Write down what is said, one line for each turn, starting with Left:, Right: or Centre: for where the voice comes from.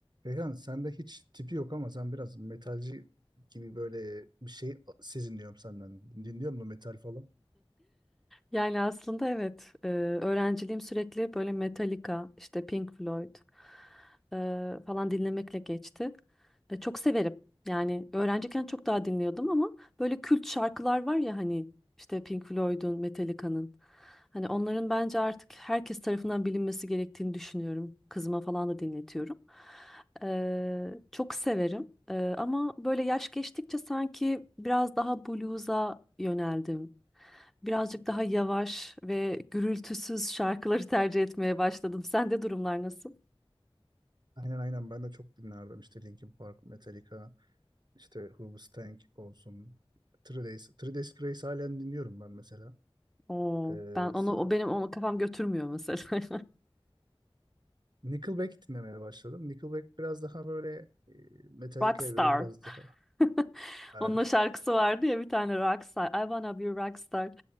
Right: Reyhan sende hiç tipi yok ama sen biraz metalci gibi böyle bir şey seziniyorum senden. Dinliyor musun metal falan?
Centre: Yani aslında evet, e, öğrenciliğim sürekli böyle Metallica, işte Pink Floyd e, falan dinlemekle geçti. E, çok severim. Yani öğrenciyken çok daha dinliyordum ama böyle kült şarkılar var ya hani işte Pink Floyd'un, Metallica'nın. Hani onların bence artık herkes tarafından bilinmesi gerektiğini düşünüyorum. Kızıma falan da dinletiyorum. E, çok severim. E, ama böyle yaş geçtikçe sanki biraz daha blues'a yöneldim. Birazcık daha yavaş ve gürültüsüz şarkıları tercih etmeye başladım. Sende durumlar nasıl?
Right: Aynen aynen ben de çok dinlerdim işte Linkin Park, Metallica, işte Who Tank olsun. Three Days, Three Days Grace halen dinliyorum ben mesela.
Centre: Oo,
Right: Ee,
Centre: ben onu
Right: s-
Centre: o benim onu kafam götürmüyor mesela. <laughs>
Right: Nickelback dinlemeye başladım. Nickelback biraz daha böyle e, Metallica'ya
Centre: Rockstar.
Right: göre biraz daha
Centre: <laughs>
Right: e,
Centre: Onun o şarkısı vardı ya bir tane Rockstar. I wanna be a rockstar.